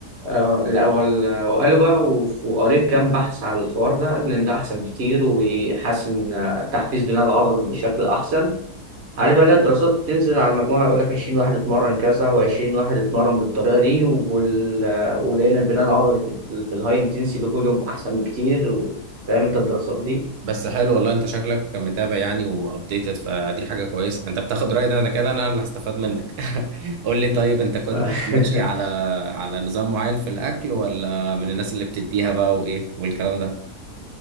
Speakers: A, on the right; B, on the right.
A: آه، الاول آه، وقالوا بقى وف- وقريت كام بحث على الحوار ده قال ان ده احسن بكتير ويحسن آه، تحفيز بناء العضل بشكل احسن عارف بقى لا الدراسات بتنزل على المجموعة يقول لك 20 واحد اتمرن كذا و20 واحد اتمرن بالطريقة دي وال... ولقينا البناء العضلي في, في الهاي انتنسي فوليوم أحسن بكتير و... فاهم أنت الدراسات دي
B: بس حلو والله انت شكلك متابع يعني وابديتد فدي حاجه كويسه انت بتاخد راي ده انا كده انا اللي هستفاد منك <laughs> قول لي طيب انت كنت
A: <laughs>
B: ماشي على على نظام معين في الاكل ولا من الناس اللي بتديها بقى وايه والكلام ده